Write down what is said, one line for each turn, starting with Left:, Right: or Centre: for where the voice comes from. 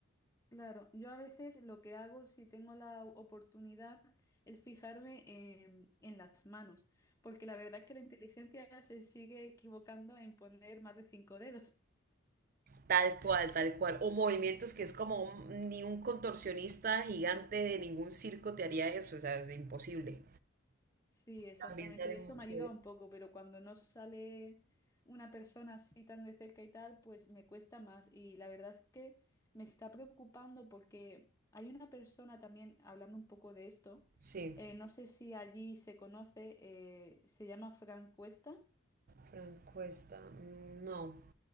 Left: claro. Yo a veces lo que hago si tengo la oportunidad es fijarme en, en las manos, porque la verdad es que la inteligencia se sigue equivocando en poner más de cinco dedos.
Right: Tal cual, tal cual. O movimientos que es como un- ni un contorsionista gigante de ningún circo te haría eso, o sea, es imposible.
Left: Sí, exactamente.
Right: También sale
Left: Y
Right: mucho
Left: eso me ayuda
Right: de eso.
Left: un poco, pero cuando no sale una persona así tan de cerca y tal, pues me cuesta más. Y la verdad es que me está preocupando porque hay una persona también hablando un poco de esto.
Right: Sí.
Left: eh, no sé si allí se conoce, eh, se llama Fran Cuesta.
Right: Francuesta, mm, no.